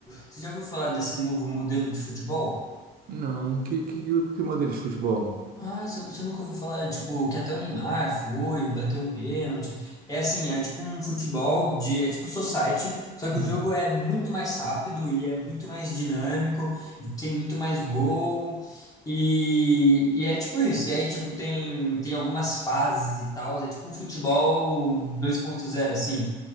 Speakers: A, on the left (about 20°); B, on the right (about 60°).
A: você já ouviu falar desse novo modelo de futebol?
B: Não, que que, que maneira de futebol?
A: Ah, você você nunca ouviu falar, tipo, que até o Neymar foi, bateu um pênalti. É assim, é tipo um futebol de, é tipo society, só que
B: Hum,
A: o jogo é muito mais rápido e é muito mais dinâmico, e tem muito mais gol, e, e é tipo isso. E aí, tipo, tem, tem algumas fases e tal, é tipo um futebol dois ponto zero assim.